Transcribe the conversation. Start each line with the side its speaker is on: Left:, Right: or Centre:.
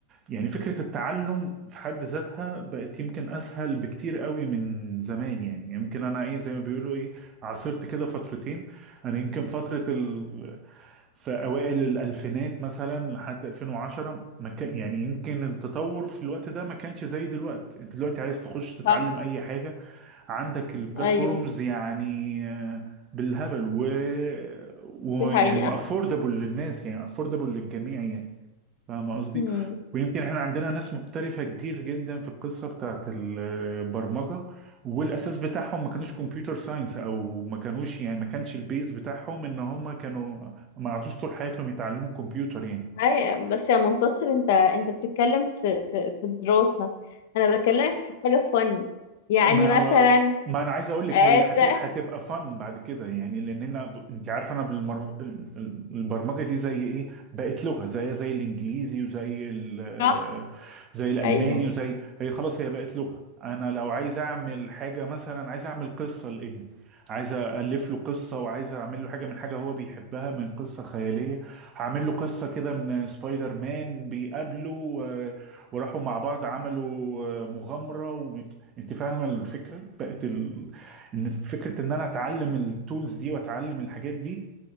Right: يعني فكرة التعلم في حد ذاتها بقت يمكن أسهل بكتير قوي من زمان يعني يعني يمكن أنا إيه زي ما بيقولوا إيه عاصرت كده فترتين أنا يمكن فترة ال... في أوائل الألفينات مثلا لحد 2010 ما كان يعني يمكن التطور في الوقت ده ما كانش زي دلوقتي أنت دلوقتي عايز تخش تتعلم
Left: صح
Right: أي حاجة عندك البلاتفورمز
Left: ايوه
Right: يعني آه، بالهبل و, و...
Left: دي حقيقة
Right: يعني وأفوردبل للناس يعني أفوردبل للجميع يعني فاهم قصدي
Left: امم
Right: ويمكن احنا عندنا ناس محترفة كتير جدا في القصة بتاعت البرمجة والاساس بتاعهم ما كانوش كمبيوتر ساينس او ما كانوش يعني ما كانش البيز بتاعهم ان هم كانوا ما عادوش طول حياتهم يتعلموا كمبيوتر يعني
Left: أي- بس يا منتصر انت انت بتتكلم في في في الدراسة انا بكلمك في حاجة فن يعني
Right: ما
Left: مثلا
Right: هو ما انا عايز اقول لك
Left: آه،
Right: هي هت...
Left: است <laughs>
Right: هتبقى فن بعد كده يعني لان انا ب... انت عارف انا بالمر... ال- ال- البرمجه دي زي ايه بقت لغه زي زي الانجليزي وزي ال...
Left: صح
Right: زي الالماني
Left: ايوه
Right: وزي هي خلاص هي بقت لغه انا لو عايز اعمل حاجه مثلا عايز اعمل قصه لابني عايز الف له قصه وعايز اعمل له حاجه من حاجه هو بيحبها من قصه خياليه هعمل له قصه كده من سبايدر مان بيقابله و... وراحوا مع بعض عملوا مغامرة انت فاهمه الفكره بقت ال... ان فكره ان انا اتعلم التولز دي واتعلم الحاجات دي